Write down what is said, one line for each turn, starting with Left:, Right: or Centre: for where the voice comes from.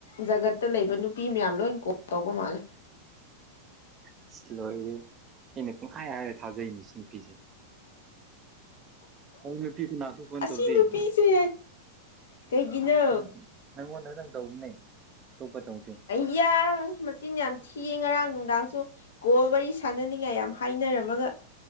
Left: ꯖꯒꯠꯇ ꯂꯩꯕ ꯅꯨꯄꯤ ꯃꯌꯥꯝ ꯂꯣꯏ ꯀꯣ ꯇꯧꯕ ꯃꯥꯜꯂꯦ
Right: ꯑꯁ ꯂꯣꯏꯔꯦ ꯑꯩꯅ ꯄꯨꯡꯈꯥꯏ ꯍꯥꯏꯔ ꯊꯥꯖꯩꯅꯤꯁꯦ ꯅꯨꯄꯤꯁꯦ ꯑ ꯅꯨꯄꯤꯅꯥꯁꯨ ꯐꯣꯟ
Left: ꯑꯁꯤ
Right: ꯇꯧꯗꯦ
Left: ꯅꯨꯄꯤꯁꯦ ꯀꯩꯒꯤꯅꯣ
Right: ꯎꯝ ꯅꯪꯉꯣꯟꯗꯇꯪ ꯇꯧꯕꯅꯦ ꯑꯇꯣꯞꯄ ꯇꯧꯗꯦ
Left: ꯑꯌꯥ ꯃ ꯆꯤꯟ ꯌꯥꯝ ꯊꯤꯌꯦ ꯉꯔꯥꯡ ꯅꯨꯡꯗꯥꯡꯁꯨ ꯒꯣꯜ ꯋꯥꯔꯤ ꯁꯥꯟꯅꯅꯤꯡꯉꯥꯏ ꯌꯥꯝ ꯍꯥꯏꯅꯔꯝꯃꯒ